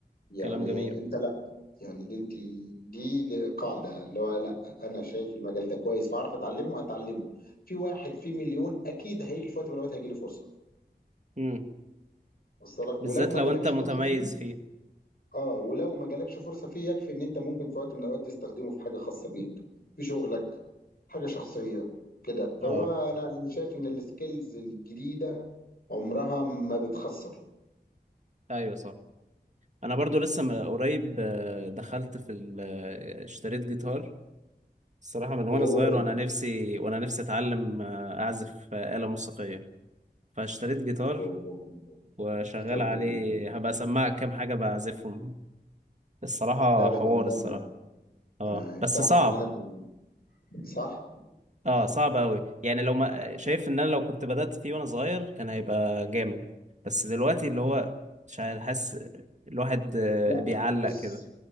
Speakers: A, on the left (about 60°); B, on the right (about 45°).
A: يعني
B: كلام جميل
A: انت لا يعني دي انت دي دي قاعده اللي هو لا انا شايف المجال ده كويس فاعرف اتعلمه وهتعلمه في واحد في مليون اكيد هيجي في وقت من الاوقات هيجي له فرصه
B: امم
A: وصل لك
B: بالذات
A: ولو ما
B: لو
A: جالكش
B: أنت متميز
A: فرصه فيه
B: فيه
A: اه ولو ما جالكش فرصه فيه يكفي ان انت ممكن في وقت من الاوقات تستخدمه في حاجه خاصه بيك في شغلك حاجه شخصيه كده فهو
B: اه
A: انا انا شايف ان السكيلز الجديده عمرها ما بتخسر
B: أيوة صح أنا برضو لسه م- قريب آه، دخلت في ال- آه، اشتريت جيتار الصراحة من وأنا
A: اوه
B: صغير وأنا نفسي وأنا نفسي أتعلم آه، أعزف آه، آلة موسيقية فاشتريت جيتار
A: أوه، أوه.
B: وشغال
A: في ترجمة.
B: عليه هبقى اسمعك كام حاجة بعزفهم الصراحة
A: لا ده
B: حوار
A: جمدان
B: الصراحة
A: ده
B: اه
A: انا
B: بس
A: تعرف
B: صعب
A: ان انا ب- صح
B: اه صعب قوي يعني لو ما شايف ان انا لو كنت بدأت فيه وانا صغير كان هيبقى جامد بس دلوقتي اللي هو مش عارف، حاسس الواحد آه،
A: لا
B: بيعلق
A: لا بص
B: كده